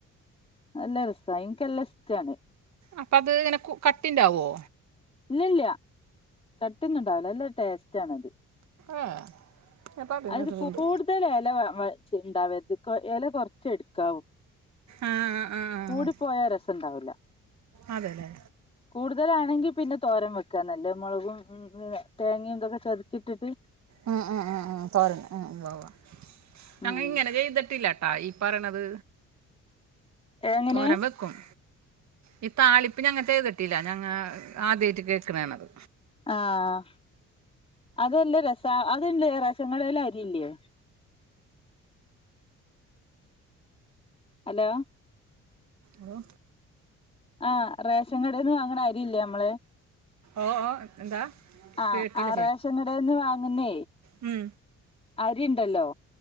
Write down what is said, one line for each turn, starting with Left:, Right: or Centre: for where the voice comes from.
Left: നല്ല രസാ. എനിക്ക് നല്ല ഇഷ്ട്ടാണ്.
Right: അപ്പ അത് അങ്ങനെ കട്ടിണ്ടാവോ?
Left: ഇല്ലല്ല കട്ടി ഒന്നുണ്ടാവൂല. നല്ല ടേസ്റ്റ് ആണത്.
Right: ഏഹ്. ഞാൻ പരിണെ
Left: അത്
Right: കേട്ടിട്ടുണ്ട്.
Left: കൂടുതൽ ഇല വാ ഉണ്ടാവരുത്. ഇല കുറച്ച് എടുക്കാവു.
Right: ആഹ് ആഹ്
Left: കൂടി പോയ രസുണ്ടാവില്ല.
Right: അതെല്ലേ
Left: കൂടുതലാണെങ്കി പിന്നെ തോരൻ വെക്കാ നല്ലെ. മുളകും, തേങ്ങയും ഇതൊക്കെ ചതക്കി ഇട്ടിട്ട്.
Right: ഉം ഉം ഉം ഉ തോരന്. ഏഹ് ഉവ്വ ഞങ്ങ
Left: ഉം
Right: ഇങ്ങനെ ചെയ്തിട്ടില്ലട്ടാ, ഈ പറയണത്.
Left: എങ്ങനെ
Right: തോരൻ വെക്കും. ഈ താളിപ്പ് ഞങ്ങ ചെയ്‌തിട്ടില്ല. ഞങ്ങൾ ആദ്യയിട്ട് കേൾക്കണെ ആണത്.
Left: അഹ് അതെല്ല രസ. അതന്നെ റേഷൻ കടലേ അരിയില്ലേ. ഹലോ.
Right: ഹോ.
Left: ആഹ്. റേഷൻ കടേന്ന് വാങ്ങണ അരി ഇല്ലേ നമ്മള്.
Right: ഓ ഓ എന്താ?
Left: അഹ്
Right: കേട്ടില്ല
Left: അഹ്. റേഷൻ കടേന്ന് വാങ്ങുന്നേ
Right: ഹ്മ്മ്.
Left: അരി ഉണ്ടല്ലോ.